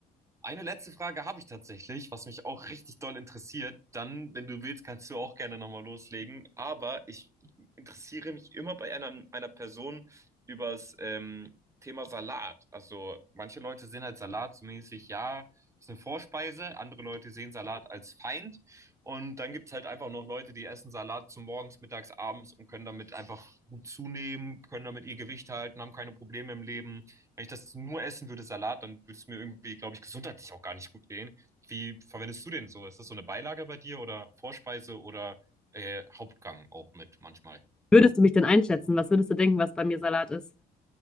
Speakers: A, on the right; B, in the centre.
A: Eine letzte Frage habe ich tatsächlich, was mich auch richtig doll interessiert. Dann, wenn du willst, kannst du auch gerne nochmal loslegen. Aber ich interessiere mich immer bei einer, einer Person übers ähm, Thema Salat. Also manche Leute sehen halt Salat so mäßig, ja, ist eine Vorspeise. Andere Leute sehen Salat als Feind. Und dann gibt es halt einfach noch Leute, die essen Salat zum Morgens, Mittags, Abends und können damit einfach gut zunehmen, können damit ihr Gewicht halten, haben keine Probleme im Leben. Wenn ich das nur essen würde, Salat, dann würde es mir irgendwie, glaube ich, gesundheitlich auch gar nicht gut gehen. Wie verwendest du den so? Ist das so eine Beilage bei dir oder Vorspeise oder äh, Hauptgang auch mit manchmal?
B: würdest du mich denn einschätzen? Was würdest du denken, was bei mir Salat ist?